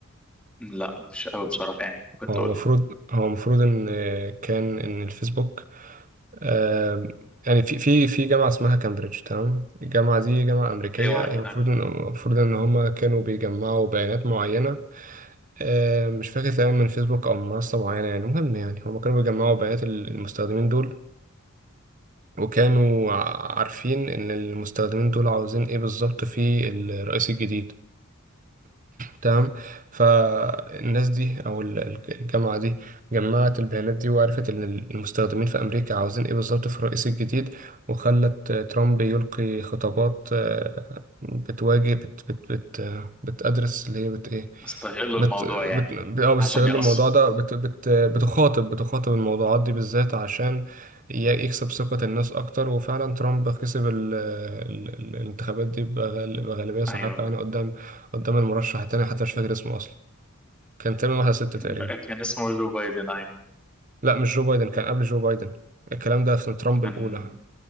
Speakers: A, in the centre; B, on the right.
A: لا مش قوي بصراحه يعني ممكن
B: هو
A: تقول
B: المفروض
A: لي
B: هو المفروض ان كان ان الفيسبوك آه، يعني في في في جامعه اسمها كامبريدج تمام الجامعه دي جامعه امريكيه
A: ايوه
B: هي
A: كده
B: المفروض ان المفروض ان هم كانوا بيجمعوا بيانات معينه آه، مش فاكر تقريبا من فيسبوك او من منصه معينه يعني المهم يعني هم كانوا بيجمعوا بيانات المستخدمين دول وكانوا ع- عارفين ان المستخدمين دول عاوزين ايه بالظبط في الرئيس الجديد تمام فالناس دي او ال- ال- الجامعه دي جمعت البيانات دي وعرفت ان المستخدمين في امريكا عاوزين ايه بالظبط في الرئيس الجديد وخلت آه، ترامب يلقي خطابات آه، بتواجه بت بت بت آه، بتأدرس اللي هي بت ايه
A: استغلوا
B: بت
A: الموضوع
B: بت
A: يعني
B: اه بيستغل
A: عشان يقص
B: الموضوع ده بت بت بتخاطب بتخاطب الموضوعات دي بالذات عشان ي- يكسب ثقة الناس أكتر وفعلا ترامب كسب ال ال ال- الانتخابات دي بغال- بغالبية ساحقة
A: ايوه
B: يعني قدام قدام المرشح التاني حتى مش فاكر اسمه أصلا كان تقريبا واحد ستة
A: <laughs>
B: تقريبا
A: كان اسمه جو بايدن ايوه
B: لا مش جو بايدن كان قبل جو بايدن الكلام ده في ترامب
A: كان
B: الأولى